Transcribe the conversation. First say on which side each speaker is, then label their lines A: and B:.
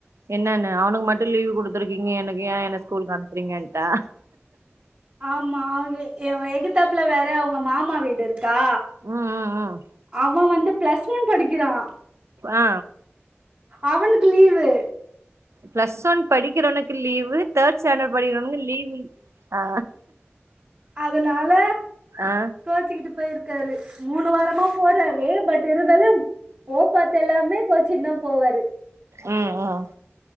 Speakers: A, on the right; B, on the right.
A: என்னானு அவனுக்கு மட்டு லீவ் குடுத்துருக்கிங்க எனக்கு ஏன் என்ன ஸ்கூல் அனுப்றிங்கன்ட்டா
B: ஆமா அவுங்குளுக் அவ எகுதாப்ல வேற அவ அவுங்க மாமா வீடு இருக்கா
A: ம் ம்
B: அவே வந்து பிளஸ் ஒன் படிக்கிறா
A: ஆ
B: அவுனுக்கு லீவு
A: பிளஸ் ஒன் படிக்கிறவனுக்கு லீவு தேட் ஸ்டேண்டர்ட் படிக்கிறவனுக்கு லீவு ஆ
B: அதனால
A: ஆ
B: கோச்சிக்கிட்டு பேருக்காரு மூணு வாரமா போறாரு பட் இருந்தாலு <unintelligible> பாத் எல்லாமே கோச்சினு தா போவாரு
A: ம் ம்